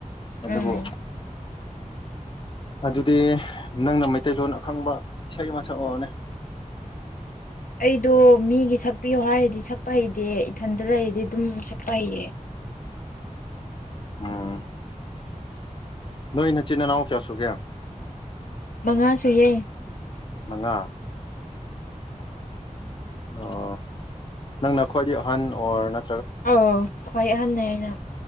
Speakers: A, on the left; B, on the left.
A: ꯑꯗꯨꯕꯨ
B: ꯎꯝ
A: ꯑꯗꯨꯗꯤ ꯅꯪꯅ ꯃꯩꯇꯩꯂꯣꯟ ꯑꯈꯪꯕ ꯏꯁꯩ ꯑꯃꯁꯛ ꯑꯣꯏꯅꯦ
B: ꯑꯩꯗꯣ ꯃꯤꯒꯤ ꯁ ꯄꯤꯌꯣ ꯍꯥꯏꯔꯗꯤ ꯁꯛꯄ ꯍꯩꯇꯦ ꯏꯊꯟꯇ ꯂꯩꯔꯗꯤ ꯑꯗꯨꯝ ꯁꯛꯄ ꯍꯩꯌꯦ
A: ꯑꯣꯝ ꯅꯣꯏ ꯅꯆꯤꯟ ꯏꯅꯥꯎ ꯀꯌꯥ ꯁꯨꯒꯦ
B: ꯃꯉꯥꯁꯨ ꯌꯥꯏ
A: ꯃꯉꯥ ꯑꯣ ꯅꯪꯅ ꯈ꯭ꯋꯥꯏꯗꯒꯤ ꯑꯍꯟ ꯑꯣꯔ ꯅ
B: ꯑꯥꯎ ꯈ꯭ꯋꯥꯏ ꯑꯍꯟꯅ ꯑꯩꯅ